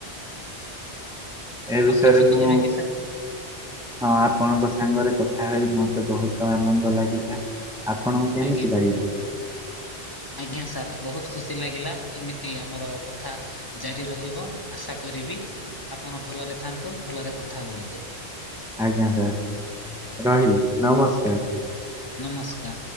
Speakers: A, in the centre; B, on the left.
A: ଏ ବିଷୟରେ
B: ଆଉ କିଛି
A: ମୁଁ
B: କହିବେ କି ସାର୍?
A: ହଁ ଆପଣଙ୍କ ସାଙ୍ଗରେ କଥା ହୋଇ ମୋତେ ବହୁତ ଆନନ୍ଦ ଲାଗିଲା ଆପଣଙ୍କୁ କେମିତି
B: ଆଜ୍ଞା।
A: ଲାଗିଲା?
B: ଆଜ୍ଞା ସାର୍ ବହୁତ ଖୁସି ଲାଗିଲା ଏମିତି ଆମର କଥା ଜାରି ରହିବ ଆଶା କରିବି ଆପଣ ଭଲରେ ଥାନ୍ତୁ ଭଲରେ କଥା ହୁଅନ୍ତୁ
A: ଆଜ୍ଞା ସାର୍ ରହିଲି ନମସ୍କାର।
B: ନମସ୍କାର।